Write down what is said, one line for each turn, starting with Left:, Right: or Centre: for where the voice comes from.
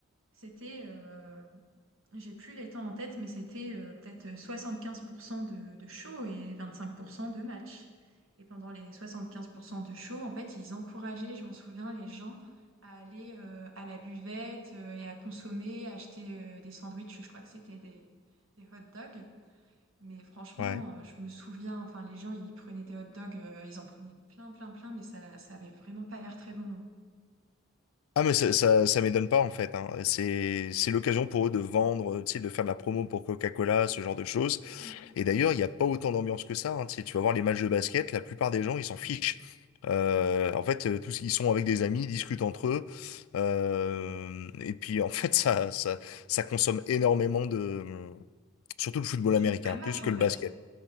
Right: c'était, euh, j'ai plus les temps en tête, mais c'était euh, peut-être 75% de, de show et 25% de match. Et pendant les 75% de show, en fait, ils encourageaient, je m'en souviens, les gens à aller euh, à la buvette euh, et à consommer, acheter euh, des sandwichs, je crois que c'était des, des hot dogs. Mais franchement,
Left: Ouais.
Right: euh, je me souviens, enfin, les gens, ils prenaient des hot dogs, euh, ils en prenaient plein, plein, plein, mais ça, ça avait vraiment pas l'air très bon.
Left: Ah, mais ça, ça, ça m'étonne pas, en fait, hein. C'est, c'est l'occasion
Right: Mm.
Left: pour eux de vendre, tu sais, de faire de la promo pour Coca-Cola, ce genre de choses.
Right: Oui.
Left: Et d'ailleurs, il n'y a pas autant d'ambiance que ça. hein. Tu sais, tu vas voir les matchs de basket, la plupart des gens, ils s'en fichent. Euh, en fait, euh, tous ils sont avec des amis, ils discutent entre eux. Euh, et puis, en fait, ça, ça, ça consomme énormément de, surtout le football
Right: Ils suivent
Left: américain,
Right: pas le match,
Left: plus que
Right: en
Left: le
Right: fait.
Left: basket.